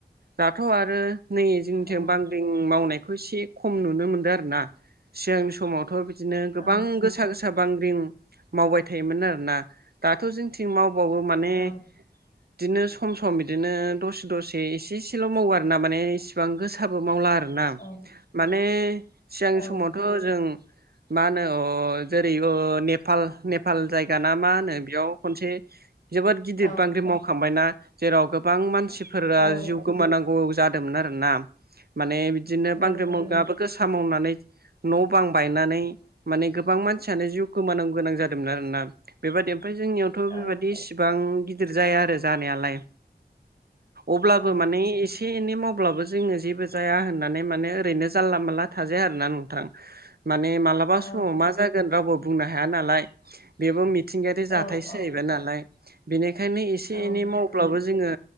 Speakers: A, on the right; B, on the left.
A: दाथ' आरो नै जोंनिजोंं
B: औ
A: बांग्रिं मावनायखौ एसे खम नुनो मोनदों आरोोना सिगांनि समावथ' बिदिनो गोबां
B: औ
A: गोसा गोसा था बांग्रिं मावबाय थायोमोन आरोना दाथ' जोंथिं मावबावो माने
B: औ
A: बिदिनो सम सम बिदिनो दसे दसे एसे एसेल' मावो आरोना माने इसिबां गोसो थाबो मावला आरोना
B: औ
A: माने सिगांनि
B: औ
A: समावथ' जों मा होनो जेरै नेपाल नेपाल जायगााना मा होनो बेयाव खनसे जोबोद गिदिर
B: औ
A: बांग्रि मावखांबायना जेराव गोबां मानसिफोरा
B: औ
A: जिउ गोमानांगौ जादोंमोन आरोना माने बिदिनो
B: नंगौ
A: बांग्रि मुगायाबो
B: नों
A: गोसा मावनानै न' बां बायनानै माने गोबां मानसियानो जिउ गोोमानांग गोनां जादोंमोन आरोना। बेबादि ओमफ्राय जोंनियावथ'
B: औ
A: बेबादि इसिबां गिदिर जाया आरो जानायालाय। अब्लाबो
B: औ
A: माने एसे एसे एनै मावब्लाबो जोङो जेबो जाया होननानै माने ओरैनो जानला मानला थाजाया आरोना नोंथां माने माल माब्लाबा
B: औ
A: समाव मा जागोन रावबो बुंनो हाया नालाय बेबो मिथिंगायारि
B: औ
A: जाथायसो
B: औ
A: जाहैबाय नालाय बेनिखायनो एसे
B: औ
A: एनै
B: नंगौ
A: मावब्लाबो
B: औ
A: जोङो